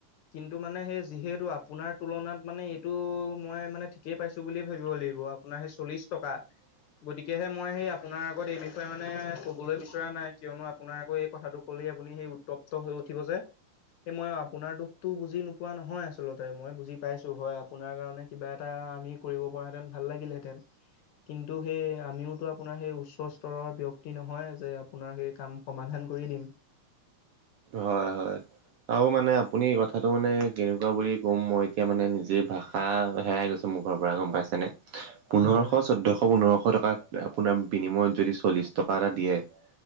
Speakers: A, on the left; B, on the right.
A: কিন্তু মানে সেই যিহেতু আপোনাৰ তুলনাত মানে এইটো মই মানে ঠিকেই পাইছো বুলিয়ে ভাবিব লাগিব। আপোনাৰহে চল্লিশ টকা। গতিকেহে মই সেই আপোনাৰ আগত এই বিষয়ে মানে কবলৈ বিচৰা নাই কিয়নো আপোনাৰ আকৌ এই কথাটো। কলে আপুনি সেই উত্তপ্ত হৈ উঠিব যে। এই মই আপোনাৰ দুখতো বুজি নোপোৱা নহয় আচলতে মই বুজি পাইছো হয় আপোনাৰ কাৰণে কিবা এটা আমি কৰিব পৰা হেঁতেন ভাল লাগিলহেঁতেন। কিন্তু সেই আমিওতো আপোনাৰ সেই উচ্চ স্তৰৰ ব্যক্তি নহয় যে আপোনাৰ সেই কাম সমাধান কৰি দিম।
B: হয় হয় আৰু মানে আপুনি বাক কথাটো মানে কেনেকুৱা বুলি ক'ম মই এতিয়া মানে নিজে ভাষা হেৰাই গৈছো মুখৰ পৰা গম পাইছেনে। পোন্ধৰশ
A: হয়
B: চৈধ্যশ পোন্ধৰশ টকা আপোনাৰ বিনিয়ত যদি চল্লিশ টকা এটা দিয়ে পু।